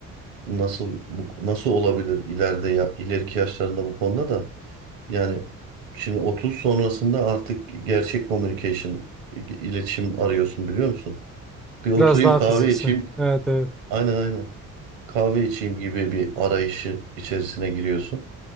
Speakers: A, on the right; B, in the centre.
A: nasıl bu nasıl olabilir ileride ya, ileriki yaşlarında bu konuda da yani şimdi 30 sonrasında artık gerçek communication i- iletişim arıyorsun biliyor musun? Bir oturayım
B: Biraz daha
A: kahve
B: fiziksel.
A: içeyim.
B: Evet, evet.
A: Aynen aynen. Kahve içeyim gibi bir arayışı içerisine giriyorsun.